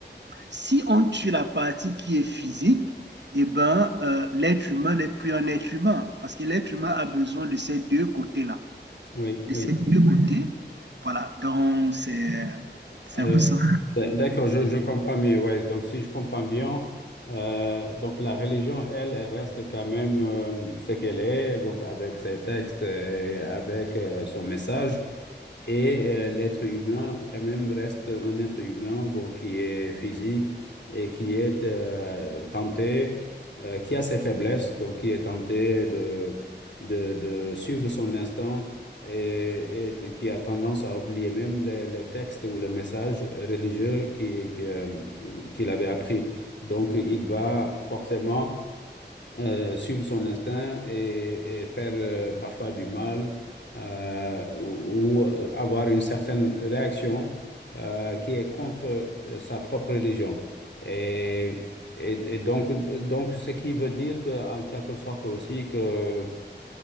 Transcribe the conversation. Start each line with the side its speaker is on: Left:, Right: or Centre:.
Right: si on tue la partie qui est physique, eh ben, euh, l'être humain n'est plus un être humain parce que l'être humain a besoin de ces deux côtés-là,
Left: oui,
Right: de
Left: oui.
Right: ces deux côtés. Voilà, donc c'est c'est
Left: Alors,
Right: un peu ça.
Left: d- D'accord, je, je comprends mieux. Ouais. Donc, si je comprends bien, euh, donc la religion, elle, elle reste quand même euh, ce qu'elle est, donc avec ses textes et avec euh, son message. Et euh, l'être humain, quand même, reste un être humain, bon, qui est physique et qui est euh, tenté, euh, qui a ses faiblesses, donc qui est tenté de, de, de suivre son instinct et, et de- qui a tendance à oublier même les, les textes ou les messages religieux qui- qui, euh, qu'il avait appris. Donc, il va forcément euh, suivre son instinct et, et faire euh, parfois du mal euh, ou, ou, euh, avoir une certaine réaction euh, qui est contre euh, sa propre religion. Et, et- et donc, donc, ce qui veut dire que, en quelque sorte aussi que